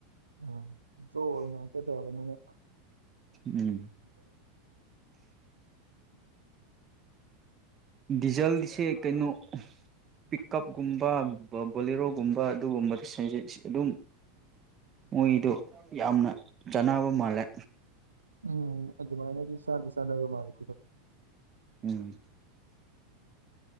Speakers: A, on the right; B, on the right.
A: ꯑ <unintelligible> ꯑꯣꯏꯅ ꯍꯦꯛꯇ ꯇꯧꯔꯅꯤꯅ
B: ꯎꯝ
A: <unintelligible>
B: ꯗꯤꯖꯜꯁꯦ ꯀꯩꯅꯣ ꯄꯤꯛꯀꯞꯀꯨꯝꯕ ꯕꯣꯂꯦꯔꯣꯒꯨꯝꯕ ꯑꯗꯨꯒꯨꯝꯕꯗ ꯑꯗꯨꯝ ꯃꯣꯏꯗꯣ ꯌꯥꯝꯅ ꯆꯥꯅꯕ ꯃꯥꯜꯂꯦ
A: ꯎꯝ ꯑꯗꯨꯃꯥꯏꯅꯗꯤ ꯆꯥꯟꯗꯤ ꯆꯥꯅꯕ ꯃꯥꯜꯂꯦ <unintelligible>
B: ꯎꯝ